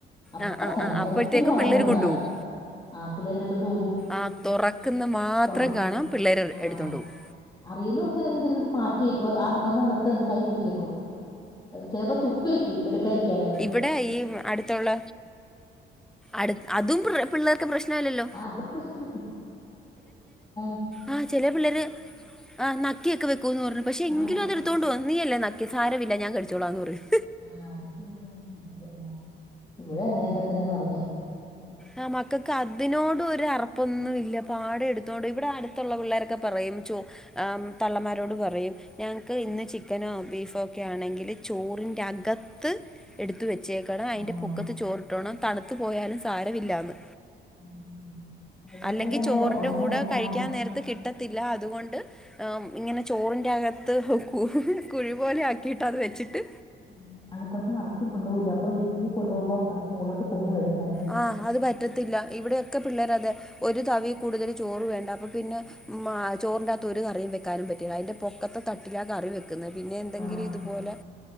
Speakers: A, on the left; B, in the centre.
A: അപ്പ
B: ആഹ് ആഹ്
A: തന്നെ
B: ആഹ്
A: തുറക്കുന്നു
B: അപ്പോഴത്തേക്കും
A: ഓർമ്മണ്ടന്ന്റയണേ
B: പിള്ളേര് കൊണ്ടുപോകും
A: ആഹ് പിള്ളേരെടുത്തോണ്ട് പോകും
B: ആഹ് തുറക്കുന്ന മാത്രം
A: തുറക്കന്ന്
B: കാണാം പിള്ളേര്
A: ആഹ്.
B: എടുത്തോണ്ട് പോകും
A: അറിയുന്ന ദിവസം വരെ എത് മാറ്റി വെക്കു കൈ പിടിച്ചേക്കും ചിലപ്പോ തുപ്പിവെക്കും എടുക്കാതി രിക്കാന്
B: വിടെ ഈ അടുത്തുള്ള അട് അതും പിള്ളേർ ഇക് പ്രശ്നല്ലല്ലോ
A: ആ അതും പ്രശ്ന <unintelligible>
B: ആ ചെലപിള്ളേര് ആ നക്കിയൊക്കെ വെക്കൂന്ന് പറ ക്ഷെ എങ്കിലും
A: ആഹ് മനസ്സിലായി
B: അതടുത്തൊണ്ട് വന്ന് നീ അല്ലേ നക്കിയെ സാരല്ല ഞാൻ കഴിച്ചോളാ എന്ന് പറയും.
A: ആ <unintelligible> ഇവിടെ അങ്ങനെയൊക്കെതന്നെ <unintelligible>
B: ആ മക്കൾക്ക് അതിനോട് ഒരു അറപ്പൊന്നുംല്ല പാടെ എടുത്തോണ്ട് ഇവിടെ അടുത്തുള്ള പിള്ളേരൊക്കെ പറയും. ആം തള്ളമാരോട് പറയും ഞങ്ങക്ക് ഇന്ന് ചിക്കനോ ബീഫോ ഒക്കെ ആണെങ്കിൽ ചോറിൻ്റെ അകത്ത് എടുത്തവെച്ചേക്കണം അയിന്റെ
A: ആഹ്
B: പുക്കത്ത് ചോറിട്ടോണം തണുത്തു പോയാലും സാരമില്ലാന്ന്.
A: ഉം ഉം കഴിഞ്ഞ
B: അല്ലെങ്കി
A: വർഷൊക്കെ അങ്ങനെ
B: ചോറിന്റെ
A: അങ്ങനെ
B: കൂടെ കഴിക്കാൻ
A: ആഹ്
B: നേരത്ത് കി റ്റത്തില്ല അതുകൊണ്ട് ഇങ്ങനെ ചോറിന്റെ അക ത്ത് കുഴി പോലെ ആക്കിയിട്ട് അത് വെച്ചിട്ട്
A: <unintelligible> നിറച്ചു കൊണ്ടോവല്ലോ അപ്പൊ ഇച്ചിരി കൊണ്ടോവുമ്പം അത് മുകളോട്ട് പൊങ്ങി വരുന്ന
B: ആ അത് പറ്റത്തില്ല ഇവിടെക്കെ പിള്ളേർ അതെ ഒരു തവി കൂടുതൽ ചോറ് വേണ്ട അപ്പൊപിന്നെ ചോറി്ന്റകത്ത് ഒരു കറിയും വെക്കാനും പറ്റല്ല അതിൻ്റെ പൊ പക്കത്തെ തട്ടിലാ കറി വെക്കുന്നത് പിന്നെ എന്തെങ്കിലും
A: ആഹ്
B: ഇതുപോലെ